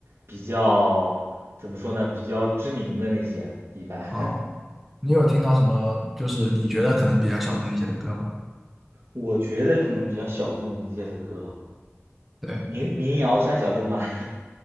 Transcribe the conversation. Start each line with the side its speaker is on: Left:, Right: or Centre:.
Right: 比较怎么说呢，比较知名的那些一般。
Centre: 哦，
Right: <laughs>
Centre: 你有听到什么就是你觉得可能比较小众一些的歌吗？
Right: 我觉得可能比较小众一些的歌，
Centre: 对，
Right: 民民谣算小众吧。<laughs>